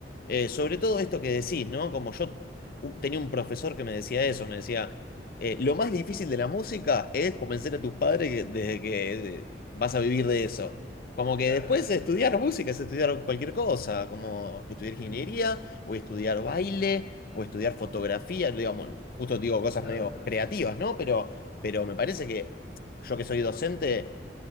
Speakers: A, on the left; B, on the left.
A: Eh, sobre todo esto que decís, ¿no? Como yo u- tenía un profesor que me decía eso, me decía, eh, lo más difícil de la música es convencer a tus padres que, de que eh, vas a vivir de eso. Como que
B: Claro.
A: después estudiar música es estudiar cualquier cosa, como estudiar ingeniería,
B: Mm,
A: o estudiar baile, o estudiar fotografía, digamos, justo digo cosas
B: claro.
A: medio creativas, ¿no? Pero, pero me parece que yo que soy docente,